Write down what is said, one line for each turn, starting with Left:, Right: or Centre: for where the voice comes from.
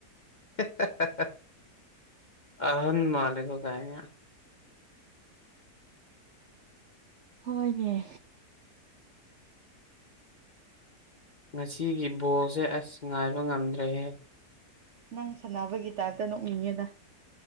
Left: ꯍꯦꯍꯦꯍꯍ ꯍ ꯑꯍꯟ ꯃꯥꯜꯂꯦꯀꯣ ꯀꯥꯏꯅ
Right: ꯍꯣꯏꯅꯦ
Left: ꯉꯁꯤꯒꯤ ꯕꯣꯜꯁꯦ ꯑꯁ ꯉꯥꯏꯕ ꯉꯝꯗ꯭ꯔꯦꯍꯦ
Right: ꯅꯪ ꯁꯥꯟꯅꯕꯒꯤ ꯇꯥꯏꯞꯇ ꯅꯣꯛꯅꯤꯡꯉꯦꯗ